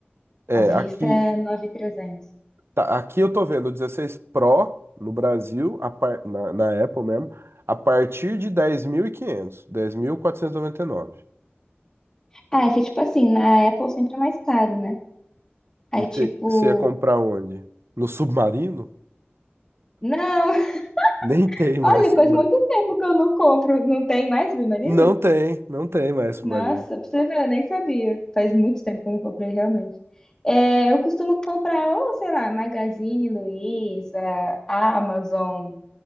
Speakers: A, on the right; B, on the left.
A: É,
B: À vista
A: aqui,
B: é 9.300.
A: Tá, aqui eu tô vendo o 16 Pro no Brasil, a par- na, na Apple mesmo, a partir de dez dez mil mil e quinhentos dez mil quatrocentos 10.500, 10.499.
B: Ah, é que tipo assim, na Apple sempre é mais caro, né? Aí
A: Você
B: tipo,
A: você ia comprar onde? No submarino?
B: não, <laughs>
A: Nem tem mais
B: olha,
A: submarino.
B: faz muito tempo que eu não compro, não tem mais submarino?
A: Não tem, não tem mais submarino.
B: Nossa, pra você ver, eu nem sabia. Faz muito tempo que eu não comprei realmente. É, eu costumo comprar, ou sei lá, Magazine Luiza, Amazon,